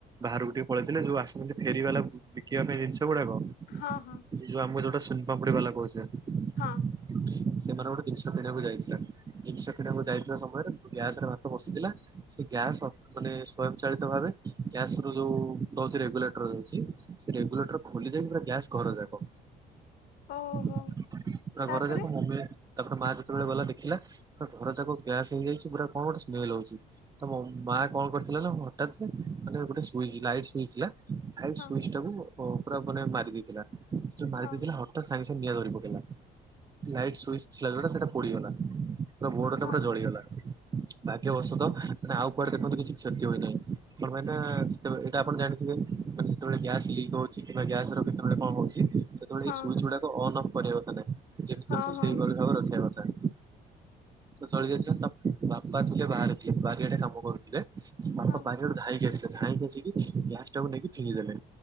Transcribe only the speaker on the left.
ହଁ ହଁ।
ହଁ
ଓହୋ
ତାପରେ
ହଁ
ଓହୋ
ହଁ
ହଁ
ହଁ
ହଁ
ହଁ।